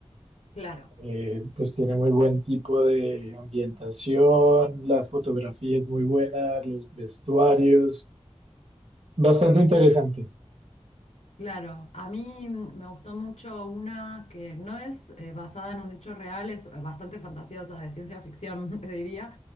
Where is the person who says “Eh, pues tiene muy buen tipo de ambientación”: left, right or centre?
Right